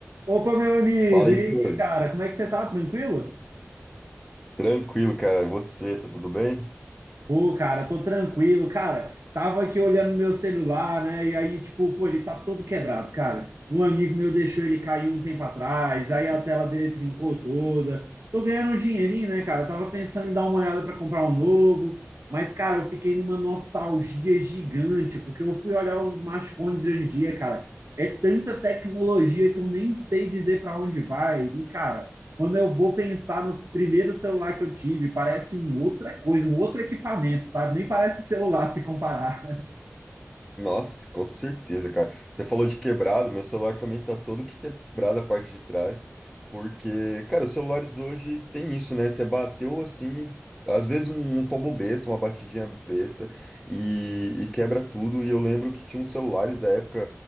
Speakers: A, on the right (about 65°); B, in the centre.
A: Opa, meu amigo,
B: Fala, Heitor.
A: e aí, cara, como é que você tá? Tranquilo?
B: Tranquilo, cara. E Você, tá tudo bem?
A: Pô, cara, tô tranquilo, cara. Tava aqui olhando meu celular, né? E aí, tipo, pô, ele tá todo quebrado, cara. Um amigo meu deixou ele cair um tempo atrás, aí a tela dele trincou toda. Tô ganhando um dinheirinho, né, cara? Tava pensando em dar uma olhada pra comprar um novo, mas, cara, eu fiquei numa nostalgia gigante, porque eu fui olhar os smartphones de hoje em dia, cara. É tanta tecnologia que eu nem sei dizer pra onde vai. E, cara. Quando eu vou pensar nos primeiros celulares que eu tive, parece uma outra coisa, um outro equipamento, sabe? Nem parece celular se comparar.
B: Nossa, com certeza, cara. Você falou de quebrado, meu celular também tá todo quebrado a parte de trás, porque, cara, os celulares hoje tem isso, né? Você bateu assim, às vezes um um tombo besta, uma batidinha besta, e, e quebra tudo. E eu lembro que tinha uns celulares da época,